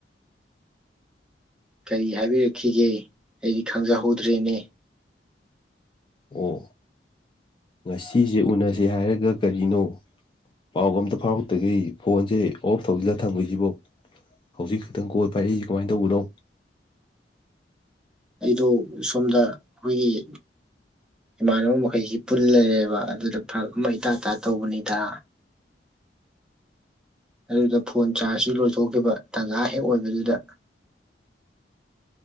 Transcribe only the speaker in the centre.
ꯀꯔꯤ ꯍꯥꯏꯕꯤꯔꯛꯈꯤꯒꯦ ꯑꯩꯗꯤ ꯈꯪꯖꯍꯧꯗ꯭ꯔꯦꯅꯦ
ꯑꯩꯗꯣ ꯁꯣꯝꯗ ꯑꯩꯈꯣꯏꯒꯤ ꯏꯃꯥꯟꯅꯕ ꯃꯈꯩꯁꯤ ꯄꯨꯜꯒ ꯂꯩꯕ ꯑꯗꯨꯗ ꯐꯔꯛ ꯑꯃ ꯏꯇꯥ ꯇꯥ ꯇꯧꯕꯅꯤꯗ ꯑꯗꯨꯗ ꯐꯣꯟ ꯆꯥꯔꯖꯁꯨ ꯂꯣꯏꯊꯣꯛꯈꯤꯕ ꯇꯥꯟꯖꯥ ꯍꯦꯛ ꯑꯣꯏꯕꯗꯨꯗ